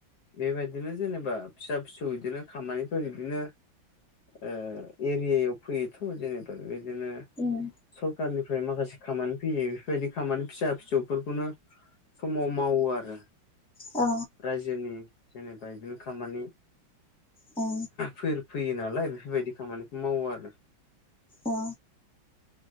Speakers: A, on the left (about 60°); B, in the centre.
A: बेबायदिनो जेनेबा फिसा फिसौ बिदिनो खामानिफोर बिदिनो ओ एरियायाव फैयोथ' जेनेबा बिदिनो
B: उम
A: सरखारनिफ्राय माखासे खामानि फैयो बेफोरबायदि खामानि फिसा फिसौफोरखौनो समाव मावो आरो
B: औ
A: रायजोनि जेनेबा बिदिनो खामानि
B: औ
A: फोर फैयो नालाय बेफोरबायदि खामानिखौ मावो आरो
B: अ